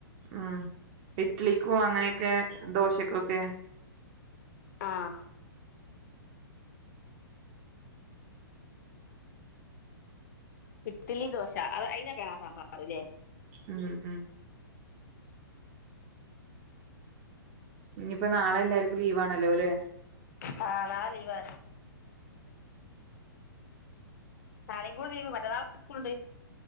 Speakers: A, on the right (about 30°); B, on the left (about 50°).
A: ഉം ഇട്ളിക്കും അങ്ങനൊക്കെ ദോശക്കൊക്കെ
B: ആഹ് ഇട്ളി ദോശ അത് അതിനൊക്കെണാ സാമ്പാർല്ലേ
A: ഉം ഉം ഞ്ഞ്പ്പ നാളെല്ലാര്ക്കും ലീവാണല്ലോ ല്ലേ
B: ആഹ്‌ നാള ലീവാ നാളീം കൂടി ലീവ് മറ്റന്നാ സ്കൂൾണ്ട്